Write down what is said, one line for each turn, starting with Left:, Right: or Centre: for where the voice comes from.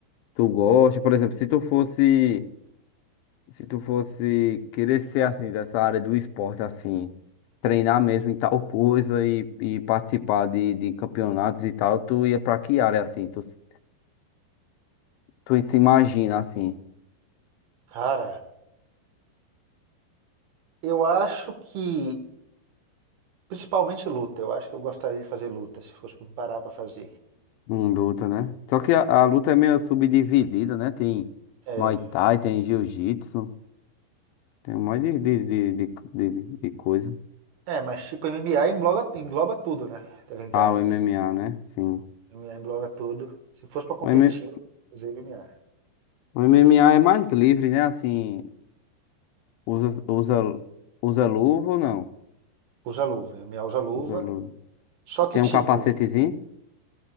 Left: tu gosta. Por exemplo, se tu fosse, se tu fosse querer ser assim dessa área do esporte assim, treinar mesmo em tal coisa e, e participar de, de campeonatos e tal, tu ia pra que área assim? Tu, s- tu se imagina assim,
Right: Cara, eu acho que principalmente luta, eu acho que eu gostaria de fazer luta, se fosse parar para fazer.
Left: em luta, né? Só que a, a luta é meio subdividida, né? Tem
Right: É,
Left: Muay Thai, tem Jiu-Jitsu, tem um monte de, de, de, de, de de coisa.
Right: É, mas tipo, MMA engloba, engloba tudo, né? Tecnicamente.
Left: Ah, o MMA, né? Sim.
Right: MMA engloba tudo. Se fosse pra competir,
Left: O M-
Right: eu usei MMA.
Left: o MMA é mais livre, né? Assim, usa, usa, usa luva ou não?
Right: Usa luva. MMA usa luva.
Left: Usa luva.
Right: Só que,
Left: Tem um
Right: tipo,
Left: capacetezinho?